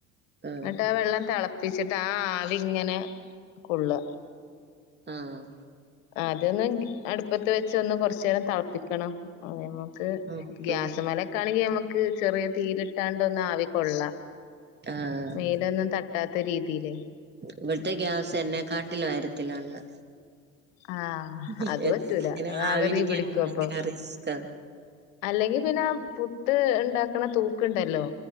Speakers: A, on the right; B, on the left.
A: ആഹ്
B: എന്നിട്ട് ആ വെള്ളം തിളപ്പിച്ചിട്ട് ആ ആവിങ്ങനെ കൊള്ള
A: ആഹ്
B: അതൊന്നും അടുപ്പത്ത് വെച്ച് ഒന്ന് കൊറച്ചേരം തെളപ്പിക്കണം. ക്ക്
A: ഉം
B: ഗ്യാസമലക്കെണെങ്കിൽ
A: ഉം
B: നമുക്ക് ചെറിയ തീയില് ത്താണ്ടൊന്നും ആവി കൊള്ളാം
A: ആഹ്
B: മേലൊന്നും തട്ടാത്ത രീതില്
A: ഇവിടുത്തെ ഗ്യാസ് എന്നെ കാട്ടില ഉയരത്തിലാല്
B: ആഹ്
A: ങ്ങനെ
B: അത് പറ്റൂല അത്
A: ആവിരിക്കാന
B: ആകെ തീ പിടിക്കും
A: ഭയങ്കര
B: അപ്പൊ
A: റിസ്കാണ്.
B: അല്ലെങ്കി പിന്നെ പുട്ട് ഉണ്ടാക്കണ തൂക്കുണ്ടല്ലോ